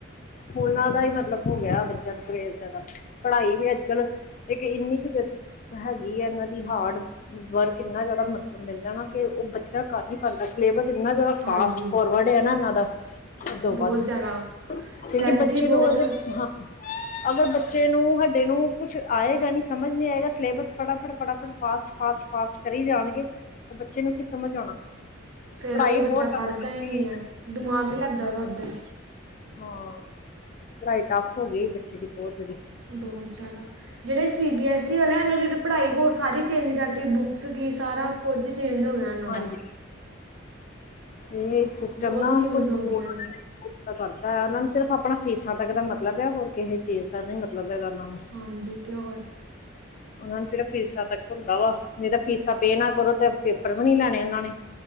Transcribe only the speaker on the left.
ਫੋਨਾਂ ਦਾ ਹੀ ਮਤਲਬ ਹੋ ਗਿਆ, ਬੱਚਿਆਂ ਨੂੰ ਕਰੇਜ਼ ਜ਼ਿਆਦਾ ਪੜ੍ਹਾਈ ਵੀ ਅੱਜ ਕੱਲ <unintelligible> ਹੈਗੀ ਹੈ, ਇਹਨਾਂ ਦੀ ਹਾਰਡ ਵਰਕ ਇੰਨਾ ਜ਼ਿਆਦਾ ਮਤਲਬ, ਮਿਲ ਜਾਣਾ ਕਿ ਉਹ ਬੱਚਾ ਕਰ ਸਿਲੇਬਸ ਇੰਨਾ, ਜ਼ਿਆਦਾ ਫਾਸਟ
ਫੋਰਵਰਡ ਹੈ ਨਾ, ਇਹਨਾਂ ਦਾ ਅਧੋਂ, ਵੱਧ
ਕਿਉਂਕਿ
ਬੱਚੇ
ਨੂੰ, ਅਜੇ ਹਾਂ ਅਗਰ ਬੱਚੇ ਨੂੰ, ਸਾਡੇ ਨੂੰ ਕੁਛ ਆਏਗਾ ਨੀ, ਸਮਝ ਨਹੀ ਆਏਗਾ, ਸਿਲੇਬਸ ਫਟਾਫਟ- ਫਟਾਫਟ, ਫਾਸਟ। ਫਾਸਟ- ਫਾਸਟ ਕਰੀ ਜਾਣਗੇ, ਉਹ ਬੱਚੇ, ਨੂੰ ਕੀ ਸਮਝ ਆਉਣਾ?
ਪੜ੍ਹਾਈ
ਬਹੁਤ ਟਫ
ਕਰਤੀ
ਹਾਂ, ਪੜਾਈ, ਟੱਫ ਹੋ ਐ, ਗਈ ਬੱਚੇ ਦੀ। <unintelligible>
ਹਾਂਜੀ
ਇਹ, ਸਿਸਟਮ
ਨਾ
ਕੁਛ <unintelligible>
ਪਤਾ ਹੈ, ਉਹਨਾਂ ਨੂੰ ਸਿਰਫ਼ ਆਪਣਾ ਫੀਸਾਂ ਤੱਕ ਦਾ ਮਤਲਬ ਹੈ, ਹੋਰ ਕਿਸੇ ਚੀਜ਼ ਦਾ ਨਹੀਂ ਮਤਲਬ ਹੈਗਾ, ਉਹਨਾਂ ਨੂੰ।
ਉਹਨਾਂ ਨੂੰ, ਸਿਰਫ ਫੀਸਾਂ ਤੱਕ ਹੁੰਦਾ ਵਾ, ਨਹੀਂ ਤਾਂ ਫੀਸਾਂ ਪੇ ਨਾ ਕਰੋ, ਤੇ ਪੇਪਰ ਵੀ ਨੀ ਲੈਣੇ ਉਹਨਾਂ ਨੇ